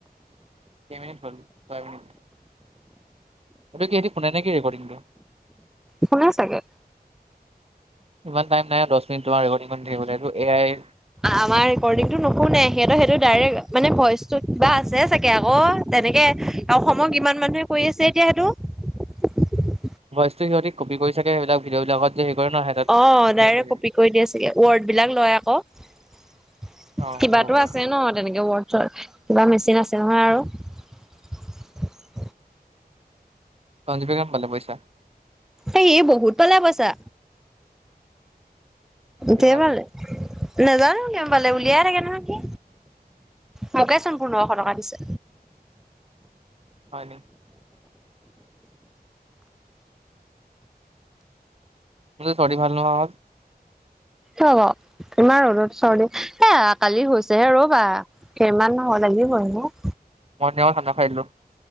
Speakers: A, on the right; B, in the centre.
A: কেই মিনিট হ'ল ছয় মিনিট এইটো কি সেহঁত কোনে নে কি ৰেকৰ্ডিং দিয়
B: শোনে চাগে
A: ইমান টাইম নাই দহ মিনিট তোমাৰ ৰেকৰ্ড ইমান থাকটো এ আই
B: আমাৰ ৰেকৰ্ডিং টো নুশুনে সিহঁতৰ সেইটো ডাইৰেক্ট মানে ভইচ তো কিবা আছে চাগে আকৌ তেনেকে অসমৰ ইমান মানুহে কৰি আছে এতিয়া সেইটো
A: ভইচটো সিহঁতে কপি কৰি চাগে সেবিলাক ভিডিঅ বিলাকত যে কৰে ন সিহঁতত
B: অ
A: এড
B: ডাইৰে্ট
A: কৰে চাগে
B: কপি কৰি দিয়া চাগে ৱৰ্ড বিলাক লয় আকৌ
A: অ
B: কিবাতো
A: হ'ব পাৰে
B: আছে ন তেনেকে ৱৰ্ড কিবা মেচিন আছে নহয় আৰু <inaudible>
A: পঞ্জুপে কাম পালে পইছা
B: এ ই বহুত পালে পইছা
A: কিমান?
B: দে ভালে নাজানো কিয় ভালে উলিয়াই থাকে নহয় কি মোকেচোন পোন্ধশ টকা দিছে
A: হয় নে <unintelligible>
B: ব ইমান ৰ'দত চৰ্দি এ কালি হৈছে হে ৰ'বা সেইমান নহ'লে <unintelligible>
A: মই ন খানা খাই আহিলো